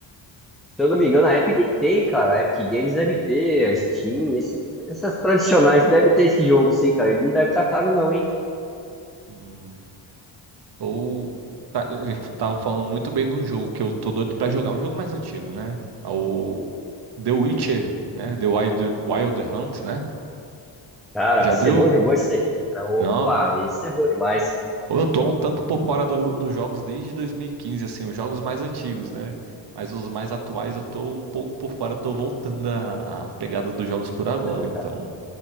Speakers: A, in the centre; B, on the right.
A: Se eu não me engano, a Epic tem, cara. A Epic Games deve ter, a Steam, esse- essas tradicionais deve ter esse jogo, sim, cara. Ele não deve estar caro, não, hein?
B: Hum. Ou tá- eles estavam falando muito bem de um jogo que eu tô doido pra jogar, um jogo mais antigo, né? É O The Witcher, né? The Wild, Wild Hunt, né?
A: Cara,
B: Já
A: você
B: viu?
A: não jogou isso aí, cara? Opa,
B: Não.
A: esse é bom demais.
B: Ou eu tô um tanto por fora do- dos jogos desde 2015 assim, os jogos mais antigos, né? Mas os mais atuais eu tô um pouco por fora, tô voltando à à pegada dos jogos por agora,
A: Então,
B: então.
A: cara.